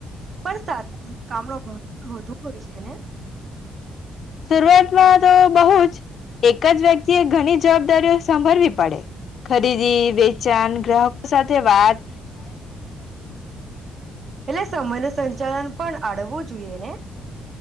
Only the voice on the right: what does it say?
પણ સાત કામનો <inaudible> ભગ <inaudible> વધુ કરે છેને
એટલે સમયનું સંચાલન પણ આડવવું જોઈએ ને